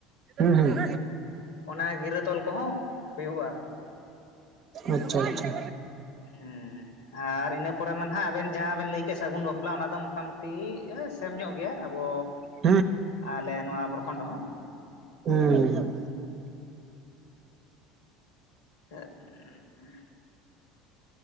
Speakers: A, on the right; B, on the left.
A: ᱦᱩᱸ ᱦᱩᱸ᱾
B: ᱚᱱᱟ ᱜᱤᱨᱟᱹ ᱛᱚᱞ ᱠᱚᱦᱚᱸ ᱦᱩᱭᱩᱜᱼᱟ᱾
A: ᱟᱪᱪᱷᱟ ᱟᱪᱪᱷᱟ,
B: ᱦᱮᱸ ᱟᱨ ᱤᱱᱟᱹ ᱯᱚᱨᱮ ᱢᱟ ᱱᱟᱦᱟᱜ ᱟᱵᱮᱱ ᱡᱟᱦᱟᱸ ᱵᱮᱱ ᱞᱟᱹᱭ ᱠᱮᱫ‌ ᱥᱟᱹᱜᱩᱱ ᱵᱟᱯᱞᱟ ᱚᱱᱟ ᱫᱚ ᱢᱚᱴᱟᱢᱩᱴᱤ ᱥᱮᱢ ᱧᱚᱜ ᱜᱮᱭᱟ, ᱟᱵᱚ
A: ᱦᱩᱸ
B: ᱟᱞᱮ ᱱᱚᱣᱟ ᱯᱚᱨᱠᱷᱚᱸᱰ ᱦᱚᱸ᱾
A: ᱦᱩᱸ,
B: ᱦᱮᱜᱻ᱾ <unintelligible>